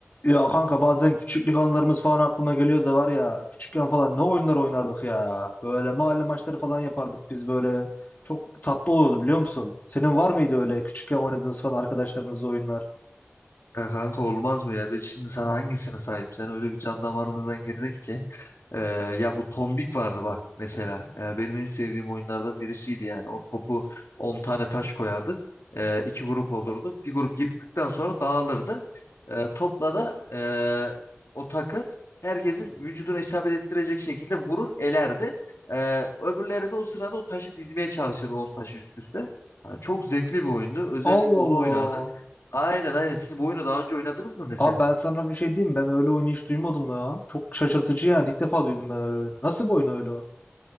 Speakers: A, on the left (about 40°); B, on the left (about 80°).
A: Ya kanka bazen küçüklük anılarımız falan aklıma geliyor da var ya küçükken falan ne oyunlar oynardık ya. Böyle mahalle maçları falan yapardık biz böyle. Çok tatlı olurdu biliyor musun? Senin var mıydı öyle küçükken oynadığınız falan arkadaşlarınızla oyunlar?
B: Ya kanka olmaz mı ya? Ben şimdi sana hangisini sayayım? Sen öyle bir can damarımızdan girdin ki. Ee, ya bu tombik vardı bak mesela. Ee, benim en sevdiğim oyunlardan birisiydi yani. O topu 10 tane taş koyardık. Ee, iki grup olurdu. Bir grup yıktıktan sonra dağılırdı. Ee, topla da ee, o takım herkesin vücuduna isabet ettirecek şekilde vurur elerdi. Ee, öbürleri de o sırada o taşı dizmeye çalışırdı 10 taşı üst üste. Ha, çok zevkli bir oyundu. Özellikle
A: Allah
B: onu
A: Allah.
B: oynardık. Aynen aynen. Siz bu oyunu daha önce oynadınız mı mesela?
A: Abi ben sana bir şey diyeyim mi? ben öyle oyunu hiç duymadım ya. Çok şaşırtıcı yani ilk defa duydum ben öyle oyunu. Nasıl bir oyun öyle o?